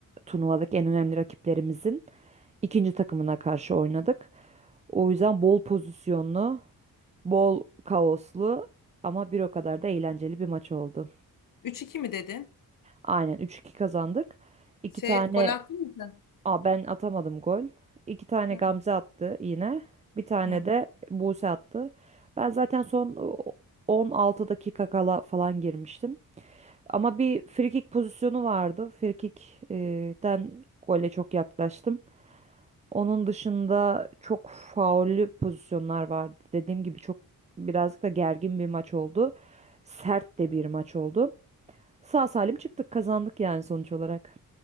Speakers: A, on the right (about 20°); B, on the left (about 60°).
A: Turnuvadaki en önemli rakiplerimizin ikinci takımına karşı oynadık. O yüzden bol pozisyonlu, bol kaoslu ama bir o kadar da eğlenceli bir maç oldu.
B: Üç iki mi dedin?
A: Aynen üç iki kazandık. İki
B: Şey
A: tane
B: gol attın mı sen?
A: Aa, ben atamadım gol. İki tane
B: Hı.
A: Gamze attı yine. Bir tane
B: Hı.
A: de Buse attı. Ben zaten son o, 16 dakika kala falan girmiştim. Ama bir frikik pozisyonu vardı. Frikikten gole çok yaklaştım. Onun dışında çok faullü pozisyonlar vardı. Dediğim gibi çok birazcık da gergin bir maç oldu. Sert de bir maç oldu. Sağ salim çıktık, kazandık yani sonuç olarak.